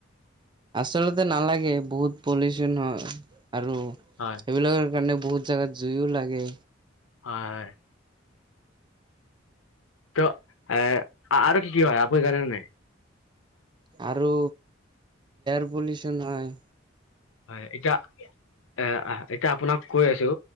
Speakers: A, on the right; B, on the left.
A: আচলতে নালাগে বহুত পলিউচন হয় আৰু
B: হয়।
A: এইবিলাকৰ কাৰণে বহুত জেগাত জুইও লাগে।
B: হয়, হয়। ত' এ, আৰু কি, কি হয় আপুনি জানে নে নাই?
A: আৰু <unintelligible> পলিউচন হয়।
B: হয় এতিয়া। এ, এতিয়া আপোনাক কৈ আছো,